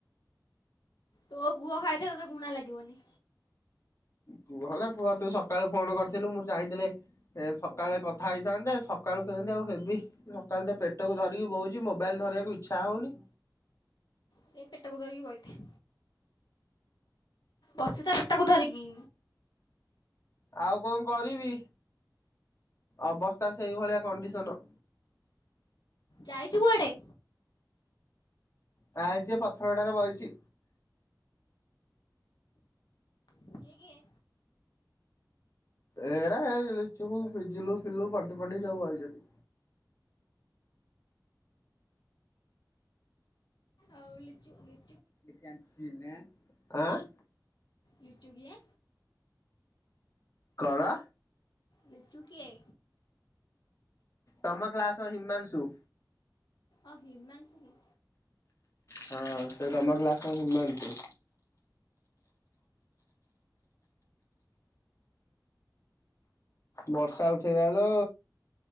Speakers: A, on the left (about 75°); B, on the left (about 45°).
A: ତୋ ଗୁହ ଖାଇଦେ ତତେ ଗୁଣା ଲାଗିବନି।
B: ଗୁହ ନା ପୁହ ତୁ ସକାଳୁ ଫୋନ କରିଥିଲୁ ମୁଁ ଚାହିଁଥିଲେ ଏ ସକାଳେ କଥା ହେଇଥାନ୍ତେ ସକାଳୁ କେମିତି ଆଉ ହେବି। ସକାଳ ତ ପେଟକୁ ଧରିକି ବହୁଉଛି ମୋବାଇଲ ଧରିବାକୁ ଇଚ୍ଛା ହଉନି।
A: ସେଇ ପେଟକୁ ଧରିକି ବହିଥା ବସିଥା ପେଟକୁ ଧରିକି?
B: ଆଉ କଣ କରିବି ଅବସ୍ଥା ସେଇଭଳିଆ କଣ୍ଡିସନ।
A: ଯାଇଛୁ କୁଆଡେ?
B: ତା ହେଇଛି ପଥର ଗଡାରେ ବହିଚି।
A: କିଏ କିଏ?
B: ଏରା ହେୁ ଫିଜିଲୁ ଫିଲୁ ବଣ୍ଟି ଫଣ୍ଟି ସବୁ ବଇଚନ୍ତି।
A: ଆଉ ଲିଚୁ ଲି
B: କ୍ୟଟିନିରେ ଆଁ ଆଁ।
A: ଲିଚୁ କିଏ?
B: କଣ?
A: ଲିଚୁ କିଏ?
B: ତମ କ୍ଲାସ ହିମାଂଶୁ।
A: ଅ ହିମାଂଶୁ କି।
B: ହଁ ସେ ତମ କ୍ଲାସ ହିମାଂଶୁ। ବର୍ଷା ଉଠେଇଲା ଲୋ